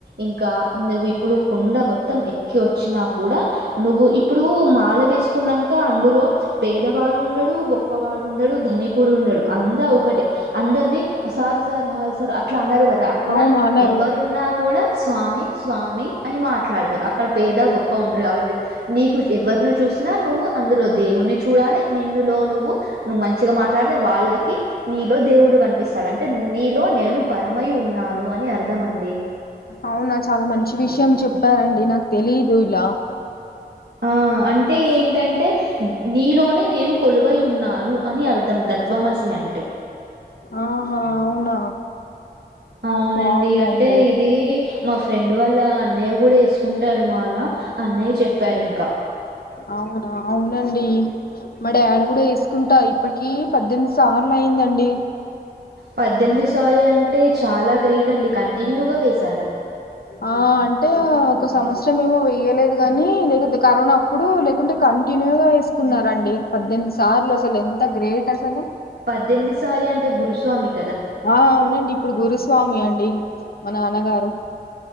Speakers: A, on the right (about 75°); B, on the left (about 65°).
A: ఇంకా నువ్వు ఇప్పుడు కుండ మొ మొత్తం ఎక్కి వచ్చినా కూడా నువ్వు ఇప్పుడూ మాల వేసుకున్నాం క అందులో పేదవాడు ఉండడు గొప్పవాడు ఉండడు ధనికుడు ఉండడు అందా ఒకటే అందరిని సారు సార్ హాయి అట్లా అనరు కదా అక్కడ
B: అవును అనరు
A: ఎవరున్నా కూడా స్వామి స్వామి అని మాట్లాడతారు అక్కడ పేద గొప్ప ఉండరు కాబట్టి నీకు ఎవరిని చూసినా నువ్వు అందులో దేవుడిని చూడాలి నిన్నులో నువ్వు నువ్వు మంచిగా మాట్లాడితే వాళ్ళకి నీలో దేవుడు కనిపిస్తాడు అంటే నీలో నేను పరమై ఉన్నాను అని అర్థం అండి
B: అవునా చాలా మంచి విషయం చెప్పారండి నాకు తెలీదు ఇలా
A: ఆ అంటే ఏంటంటే నీలోనే నేను కొలువై ఉన్నాను అని అర్థం తత్ త్వమసి అంటే
B: ఆహా అవునా
A: అవునండి
B: బాగుందండి
A: అంటే ఇదీ మా ఫ్రెండ్ వాళ్ల అన్నయ్య కూడా ఏసుకుంటారు మాలా అన్నయ్య చెప్పారు ఇంకా
B: అవునా అవునండి మా డాడీ కూడా ఏసుకుంటా ఇప్పటికి పద్దెనిమిది సార్లు అయిందండి
A: పద్దెనిమిదో సారి అంటె అంటె చాలా గ్రేట్ అండి కంటి వినియగ వేశ
B: ఆ అంటే ఒక సమత్స రం ఏమో వెయ్యలేదు గాని లేకపోతే కరోనా అప్పుడు లేకుంటే కంటిన్యూగా వేసుకున్నారండి పద్దెనిమిది సార్లు అసలు ఎంత గ్రేట్ అసలు
A: పద్దెనిమిదోసారి అంటే గురుస్వామికి
B: ఆ అవునండి ఇప్పుడు గురుస్వామి అండి మా నాన్నగారు